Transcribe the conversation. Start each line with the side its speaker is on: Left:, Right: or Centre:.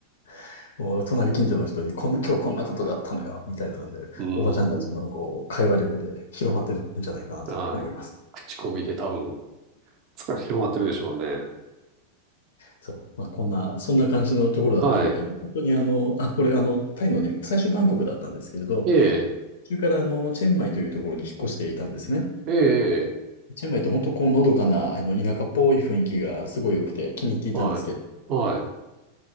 Left: <laughs> もう、隣近所の人に、こんな、今日こんなことがあったのよ、みたいなので、
Right: うん。
Left: おばちゃんたちの、こう、会話力で広まってるんじゃないかなと思います。
Right: はい。口コミで多分、つか、広がってるでしょうね。
Left: そう。まあ、こんな、そんな感じのところだったので、
Right: はい。
Left: 本当にあの、あ、これ、あの、タイのね、最初バンコクだったんですけれど、
Right: ええ
Left: 途中からあの、チェンマイというところに引っ越していたんですね。
Right: ええええ
Left: チェンマイって本当こうのどかなあの田舎っぽい雰囲気がすごい良くて気に入っていたんですけど、
Right: はい。はい。